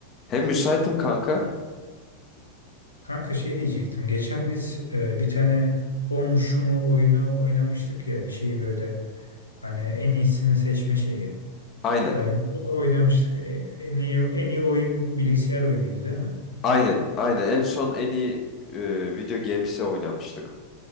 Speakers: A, on the left; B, on the left.
A: Hem müsaitim kanka.
B: Kanka şey diyecektim. Geçen biz e, bir tane o mu şu mu oyunu oynamıştık ya. Bir şeyi böyle hani en iyisini seçme şeyi.
A: Aynen.
B: Ee, ne oynamıştık. E, En iyi, en iyi oyun bilgisayar oyunuydu değil mi?
A: Aynen. Aynen. En son en iyi e, video games'e oynamıştık.